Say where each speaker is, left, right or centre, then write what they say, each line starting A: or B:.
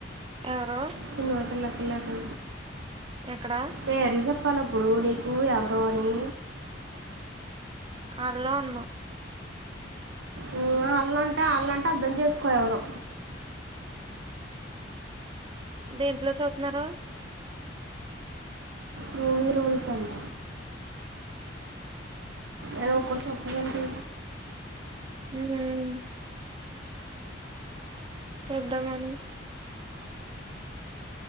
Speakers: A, on the right; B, on the right.
A: ఎవరు
B: చిన్నవాటిలకిలాక్క
A: ఎక్కడ
B: పేర్లు చెప్పాల ఇప్పుడు నీకు ఎవరు అని
A: ఆళ్లు అన్నావ్
B: మ్మ్ ఆళ్లంటే ఆళ్లంటే అర్ధం చేసుకో ఎవరో
A: స దేంట్లో చూత్నారు
B: మూవీ రూల్స్ అంట ఏదో ఒక్క సప్పందంటి
A: మ్మ్ హ్మ్ చెప్దామని